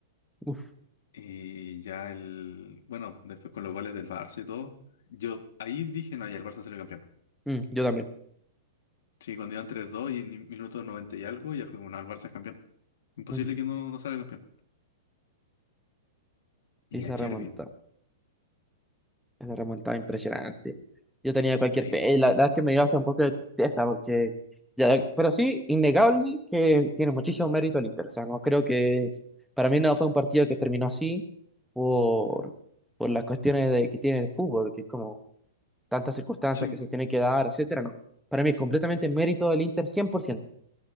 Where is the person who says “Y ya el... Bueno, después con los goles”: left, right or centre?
Left